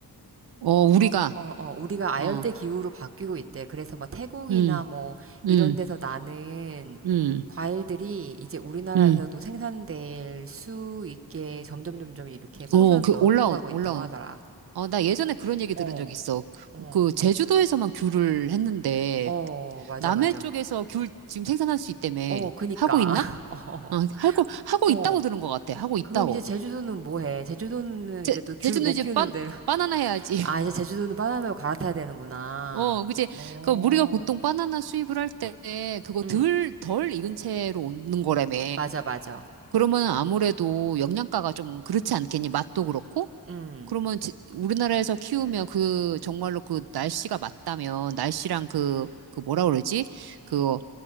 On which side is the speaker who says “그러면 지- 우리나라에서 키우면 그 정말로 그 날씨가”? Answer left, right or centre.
Right